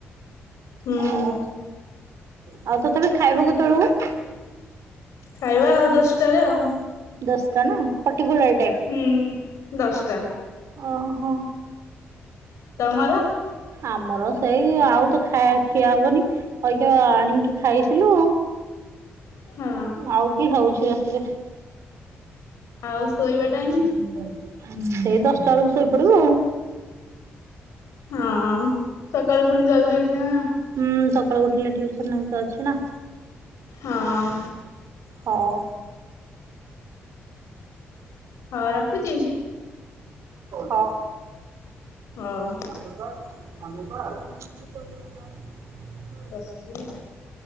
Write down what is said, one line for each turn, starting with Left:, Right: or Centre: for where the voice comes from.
Left: ହୁଁ
Right: ହଉ ଆଉ ତ ତମେ ଖାଇବ କେତେ ବେଳକୁ?
Left: ଖାଇବା ଦଶଟାରେ ଆଉ।
Right: ଦଶ ଟା ନା ପର୍ଟିକୁଲାର ଟାଇମ।
Left: ହୁଁ ଦଶଟା
Right: ଓହୋ।
Left: ତମର?
Right: ଆମର ସେଇ ଆଉ ତ ଖାଇ ଖିଆ ହବନି। ଐକଆ ଆଣିକି ଖାଇଥିଲୁ।
Left: ହଁ
Right: ଆଉ କିଏ ଖାଉଛି ରାତିରେ।
Left: ଆଉ ଶୋଇବା
Right: ସେଇ
Left: ଟାଇମ
Right: ଦଶଟା ବେଳକୁ ଶୋଇପଡିବୁ ଆଉ
Left: ହଁ ସକାଳୁ ପୁଣି ଜଲଦି ଉଠିବା ନା।
Right: ହୁଁ ସକାଳୁ ଉଠିଲେ ଟିଉସନ ବି ତ ଅଛି ନା
Left: ହଁ
Right: ହଁ
Left: ହଁ ରଖୁଛି।
Right: ହଁ
Left: ହଉ
Right: ସନ୍ଦୀପ ସନ୍ଦୀପ କୁଆଡ଼େ ଗଲା
Left: ଦଶ ମିନିଟ ହେଇଗଲା।